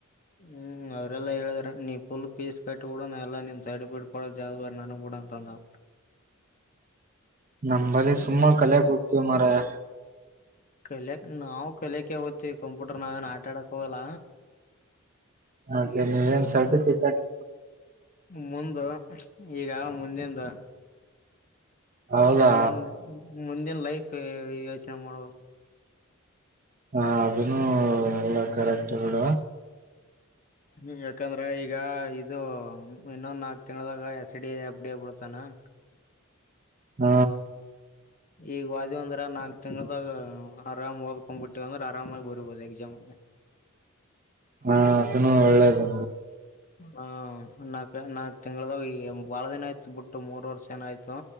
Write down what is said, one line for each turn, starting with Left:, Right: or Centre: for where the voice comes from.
Left: ಹ್ಮ್ ಅವ್ರಲ್ಲಾ ಹೇಳಿದ್ರ ನೀ ಪುಲ್ ಪೀಸ್ ಕಟ್ಟಿ ಬುಡು ನಾ ಎಲ್ಲಾ ನಿನ್ ಸರ್ಟಿಫಿಕೇಟ್ ಕೊಡೊ ಜವಾಬ್ದಾರಿ ನನಗ್ ಬಿಡು ಬಂದಾವ
Right: ನಮ್ಮಲ್ಲಿ ಸುಮ್ಮ ಕಲೆ ಕುತ್ತೀವಿ ಮಾರಾಯ
Left: ಕಲೆಕ್ ನಾವು ಕಲೆಕ್ಕೆ ಹೋತವಿ ಕಂಪ್ಯೂಟರ್ ನಾವೇನ್ ಆಟಾಡಕ್ ಹೋಗಲ್ಲ
Right: ಹಾಗದೆ ನೀವನ್ ಸರ್ಟಿಫಿಕೆಟ್
Left: ಮುಂದ ಈಗ ಮುಂದಿಂದ
Right: ಹೌದಾ
Left: ಮುಂದಿಂದ್ ಮುಂದಿನ ಲೈಫ್ ಯೋಚನೆ ಮಾಡ್ಬೇಕು
Right: ಹ ಅದನ್ನು ಎಲ್ಲಾ ಕರೆಕ್ಟ್ ಬಿಡ
Left: ಹ್ಮ ಯಾಕಂದ್ರ ಈಗ ಇದು ಇನ್ನೊಂದ ನಾಕ್ ತಿಂಗಳದಾಗ S D A F D A ಬಿಡ್ತಾನ ಹ
Right: ಹ್ಮ
Left: ಈಗ ವಾದಿವ್ ಅಂದ್ರ ನಾಕ್ ತಿಂಗಳದಾಗ ಆರಾಮ್ ಹೋದ್ಕೋಮ್ಬಿಟ್ಟಿವ ಅಂದ್ರ ಆರಾಮಾಗಿ ಬರಿಬಹುದು ಎಕ್ಸಾಮ್
Right: ಹಾ ಅದನ್ನು ಒಳ್ಳೇದು
Left: ಹ ನಾಕ್ ನಾಕ್ ತಿಂಗಳದಾಗ್ ಬಾಳ ದಿನ ಆಯ್ತ ಬಿಟ್ಟು ಮೂರ್ ವರ್ಷ ಏನಾಯಯ್ತು